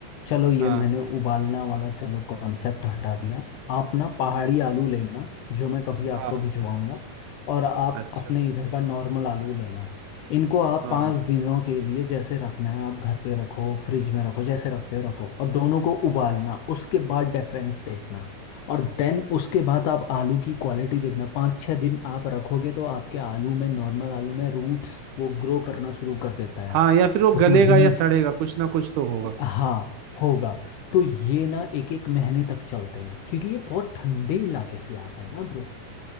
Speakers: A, on the left; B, on the right.
A: चलो ये
B: हाँ
A: मैंने उबालना वाला चलो कॉन्सेप्ट हटा दिया आप ना पहाड़ी आलू लेना जो मैं कभी
B: हाँ
A: आपको भिजवाऊंगा और आप
B: अच्छा
A: अपने इधर का नॉर्मल आलू लेना इनको आप
B: हाँ
A: पाँच दिनों के लिए जैसे रखना है आप घर पे रखो फ्रिज में रखो जैसे रखते हो रखो और दोनों को उबालना उसके बाद डिफरेंस देखना और देन उसके बाद आप आलू की क्वालिटी देखना पाँच छः दिन आप रखोगे तो आपके आलू में नॉर्मल आलू में रूट्स वो ग्रो करना शुरू कर देता
B: हाँ
A: है
B: या फिर वो
A: उसमें
B: गलेगा
A: बीज
B: या सड़ेगा कुछ ना कुछ तो होगा
A: हाँ होगा तो ये ना एक एक महीने तक चलते हैं क्योंकि ये बहुत ठंडे इलाके से आता है ना ब्रो